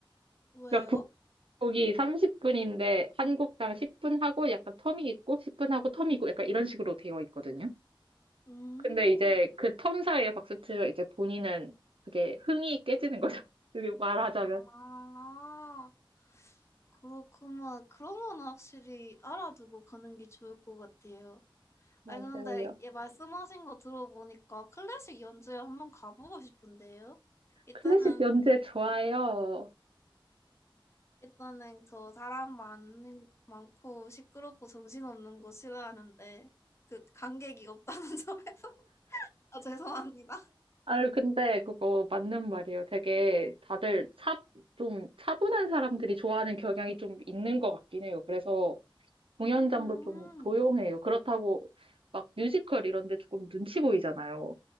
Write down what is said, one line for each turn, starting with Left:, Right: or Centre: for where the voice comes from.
Left: 왜요?
Right: 그러니까 국곡이 30분인데 한 곡당 10분 하고 약간 텀이 있고 10분 하고 텀이 있고 약간 이런 식으로 되어 있거든요.
Left: 음,
Right: 근데 이제 그 텀 사이에 박수치면 이제 본인은 그게 흥이 깨지는 거죠. <laughs> 이렇게 말하자면.
Left: 아, 그렇구만 그런 건 확실히 알아두고 가는 게 좋을 것 같아요.
Right: 맞아요.
Left: 아니, 근데 얘 말씀하신 거 들어보니까 클래식 연주회 한번 가보고 싶은데요? 일단은,
Right: 클래식 연주회 좋아요.
Left: 일단은 저 사람 많, 많고 시끄럽고 정신없는 거 싫어하는데, 그, 관객이 없다는 <laughs> 점에서 아, 죄송합니다.
Right: 아유, 근데 그거 맞는 말이에요. 되게 다들 차, 좀 차분한 사람들이 좋아하는 경향이 좀 있는 것 같긴 해요. 그래서 공연장도
Left: 음,
Right: 좀 조용해요. 그렇다고 막 뮤지컬 이런 데 조금 눈치 보이잖아요.